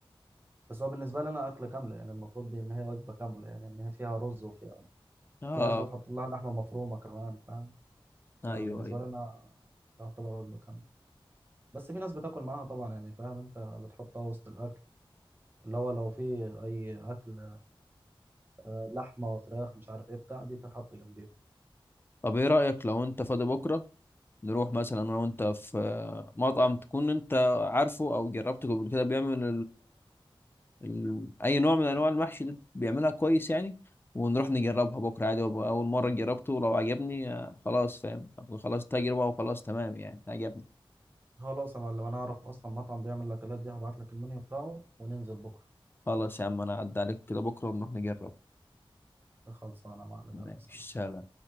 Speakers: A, on the right; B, on the left.
A: بس هو بالنسبه لي انا اكله كامله يعني المفروض دي ان هي وجبه كامله يعني ان هي فيها رز وفيها
B: آه
A: في ناس بتحط لها لحمه مفرومه كمان فاهم
B: أيوه
A: فبالنسبه
B: أيوه
A: لي انا يعتبر وجبه كامله بس في ناس بتاكل معاها طبعا يعني فاهم انت بتحطها وسط الاكل اللي هو لو في اي اكل آه، لحمه وفراخ مش عارف ايه بتاع دي بتتحط جنبيهم
B: طب إيه رأيك لو أنت فاضي بكرة نروح مثلا أنا وأنت في آه، مطعم تكون أنت عارفه أو جربته قبل كده بيعمل ال- اي نوع من انواع المحشي ده بيعملها كويس يعني ونروح نجربها بكره عادي وأبقى اول مره جربته ولو عجبني آه، خلاص فاهم أبقى خلاص تجربه وخلاص تمام يعني عجبني
A: خلاص يا معلم انا اعرف اصلا مطعم بيعمل الاكلات دي هبعت لك المنيو بتاعه وننزل بكره
B: خلاص يا عم انا اعدي عليك كده بكره ونروح نجرب
A: خلصانه يا معلم
B: ماشي
A: يلا سلام
B: سلام